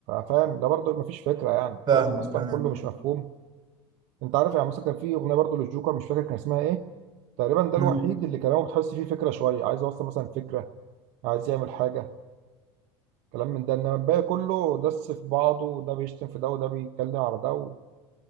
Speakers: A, on the right; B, on the right.
A: فاهم ده برضه مفيش فكرة يعني الكلام
B: فاهمك
A: أصلا
B: آه.
A: كله مش مفهوم أنت عارف يعني مثلا كان في أغنية برضه للجوكر مش فاكر كان اسمها إيه تقريبا ده
B: مم.
A: الوحيد اللي كلامه بتحس فيه فكرة شوية عايز يوصل مثلا فكرة عايز يعمل حاجة كلام من ده إنما الباقي كله دس في بعضه وده بيشتم في ده وده بيتكلم على ده وتجيب